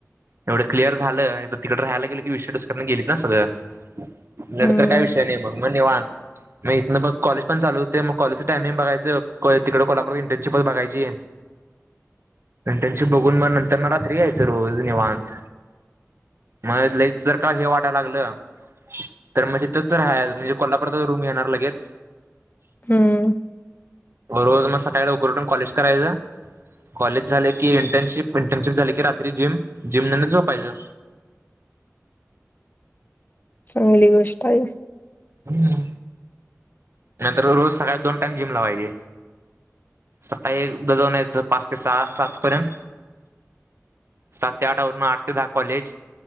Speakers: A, on the right; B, on the left.
A: एवढं क्लिअर झालं आ तिकडे राहायला गे की विषयच <unintelligible> गेले. जस ग. नंडतर
B: हम्म
A: काय विषय नाही, मग म निवांत. म इथनं बग कॉलेज पण चालू होते मग, कॉलेजच टाइमिंग बघायचं कोय तिकडे कोल्हापूरात इंटर्नशिप बघायची. इंटर्नशिप बघून म नंतर न रात्री यायचं रोज निवांत. म लईच जरका हे वाट लागलं तर म्हजे तच राहा म्हंजे कोल्हापुरात रूम घेणार लगेच.
B: हम्म.
A: रोज म सकाळी लवकर उठून कॉलेज करायचा. कॉलेज झाले कि इंटर्नशिप, इंटर्नशिप झाली की, रात्री जिम जिम नंतर झोपायच.
B: चांगली गोष्ट आहे.
A: हम्म. नंतर रो रोज सकाळी दोन टाईम जिम लावायची. सकाळी एकदा जाऊन यायचं पाच ते सहा सात पर्यंत. सात ते आठा वरून आठ ते दहा कॉलेज.